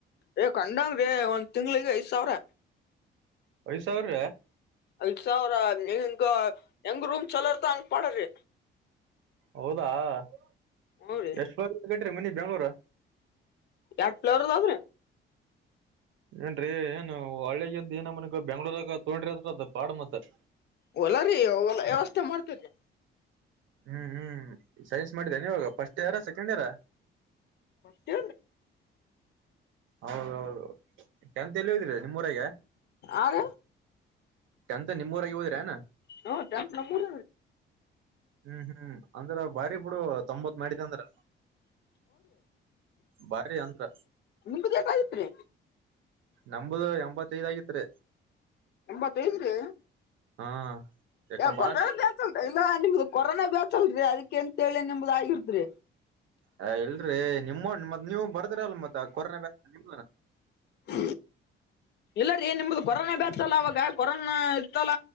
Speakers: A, on the left (about 55°); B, on the right (about 70°).
A: ಏ ಕಂಡಂಗ್ರಿ ಒಂದ್ ತಿಂಗ್ಳಿಗೆ ಐದ್ ಸಾವಿರ
B: ಐದು ಸಾವಿರ ರೀ
A: ಐದು ಸಾವ್ರ ಹೆಂಗ ಹೆಂಗ ರೂಮ್ ಚಲೋರ್ದ ಹಂಗ ಪಾಡಿ
B: ಹೌದಾ <inaudible>
A: ಹ್ಞೂ ರೀ
B: ಎಷ್ಟು ವರ್ಷ ಕಟ್ರಿ ಮನಿ ಬೆಂಗ್ಳೂರ
A: ಎರಡು ಫ್ಲೋರ್
B: ಏನ್ರೀ ಏನು ಒಳ್ಳೆಗದ್ದ ಏನ ಮನಗ ಬೆಂಗ್ಳೂರಾಗ ತೋಡ್ರಿ ಅದದ ಪಾಡ್ ಮತ್ತ
A: ಹೊಲ ರೀ ಹೊಲ ವ್ಯವಸ್ಥೆ ಮಾಡ್ತೇರಿ
B: ಹ್ಮ್ ಹ್ಮ್ ಸೈನ್ಸ್ ಮಾಡಿದ್ದನೆ ಇವಾಗ ಫಸ್ಟ್ ಇಯರಾ ಸೆಕೆಂಡ್ ಇಯರ
A: ಮಷ್ಟ
B: ಹೌದೌದು ಎಟತ್ ಎಲ್ಲ ಇದ್ದೀರ ನಿಮ್ಮೂರಗೆ
A: ಆರ
B: ಎಂತ ನಿಮ್ಮೂರಾಗಿದ್ರನೆ
A: ಹ್ಮ ಟೆಂತ್ ನಮ್ಮೂರ
B: ಹ್ಮ್ ಹ್ಮ್ ಅಂದ್ರ ಬಾರಿ ಬಿುಡು ತೊಂಬತ್ ಮಾಡಿದ ಅಂದ್ರ ಬಾರಿ ಅಂದ್ರ
A: ನಿಮಗೆ ಯಾಕಾಗಿತ್ರಿ
B: ನಂಬದು ಎಂಬತ್ತೈದ್ ಆಗಿತ್ ರೀ
A: ಎಂಬತ್ತಐದ್ರೀ
B: ಹಾ ಯಾಕ ಬಾಳ
A: ಕೊಲ್ಟ ಇಲ್ಲ ನಿಮ್ದು ಕೊರೋನಾ ಬ್ಯಾತ್ಲ್ರಿ ಅದಕ್ಕೆ ಅಂತೇಳಿ ನಿಂಬುದ ಆಗಿರ್ದ್ರಿ
B: ಹ ಇಲ್ರಿ ನಿಮ್ಮ ಮತ್ ನೀವ್ ಬರ್ದ್ರ ಅಲ್ ಮತ್ತ ಕೊರೋನಾ ಬ ನಿ
A: ಹ ಇಲ್ಲ ರೀ ನಿಮ್ದು ಕೊರೋನಾ ಬ್ಯಾತಲ್ಲ ಅವಾಗ ಕೊರೋನಾ ಇತ್ತಲ್ಲ